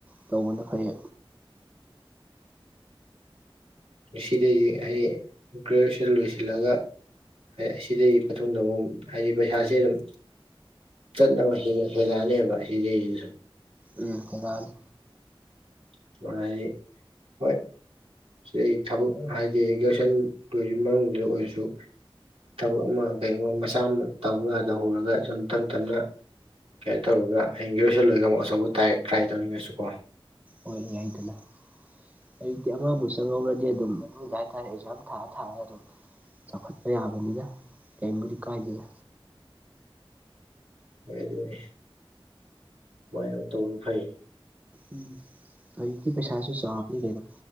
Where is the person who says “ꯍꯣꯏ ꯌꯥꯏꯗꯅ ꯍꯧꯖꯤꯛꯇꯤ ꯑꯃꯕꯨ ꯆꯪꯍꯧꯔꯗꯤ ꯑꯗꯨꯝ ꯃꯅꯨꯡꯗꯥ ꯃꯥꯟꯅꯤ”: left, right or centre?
Right